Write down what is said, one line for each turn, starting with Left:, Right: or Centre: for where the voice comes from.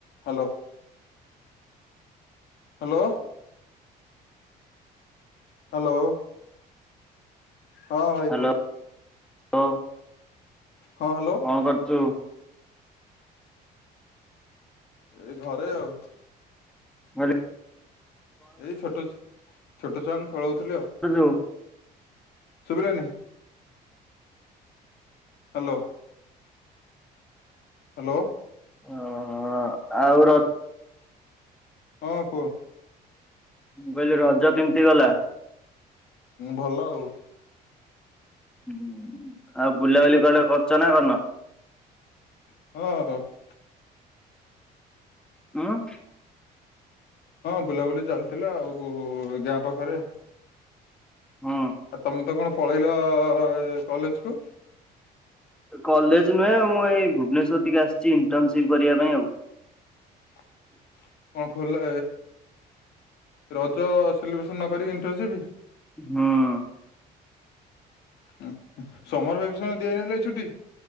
Left: ହ୍ୟାଲୋ। ହ୍ୟାଲୋ। ହ୍ୟାଲୋ। ହଁ, ଭାଇ
Centre: ହ୍ୟାଲୋ
Left: କୁହ।
Centre: <unintelligible>
Left: ହଁ, ହ୍ୟାଲୋ।
Centre: କଣ କରୁଛୁ?
Left: ଏଇ ଘରେ ଆଉ।
Centre: ଭ <unintelligible>
Left: ଏଇ ଛୋଟ ଛୋଟଛୁଆଙ୍କୁ ଖେଳଉଥିଲି ଆଉ।
Centre: <unintelligible>
Left: ଶୁଭିଲାନି। ହ୍ୟାଲୋ। ହ୍ୟାଲୋ।
Centre: <unintelligible> ଆଉ ରଜ
Left: ହଁ, କୁହ।
Centre: ମୁଁ କହିଲି, ରଜ କେମିତି ଗଲା?
Left: ଭଲ ଆଉ।
Centre: <inaudible> ଆଉ ବୁଲାବୁଲି କୁଆଡେ କରୁଛ ନାଁ କରିନ?
Left: ହଁ।
Centre: <unintelligible>
Left: ହଁ, ବୁଲାବୁଲି ଚାଲିଥିଲା, ଆଉ ଗାଁ ପାଖରେ।
Centre: ହୁଁ।
Left: ଆଉ ତମେତ କଣ ପଳେଇଲ କଲେଜ୍ କୁ?
Centre: କଲେଜ ନୁହେଁ, ମୁଁ ଏଇ ଭୁବନେଶ୍ୱର ଟିକେ ଆସିଛି ଇଣ୍ଟନସିପ୍ କରିବା ପାଇଁ ଆଉ।
Left: <inaudible> କଣ କହିଲେ ରଜ ସେଲିବ୍ରେସନ୍ ନକିରି ଇଣ୍ଟରସିପ୍।
Centre: ହଁ।
Left: ଅଁ ଅଁ ସମର ଭେକେସନ ଦିଆଯାଇନଥିଲା କି ଛୁଟି?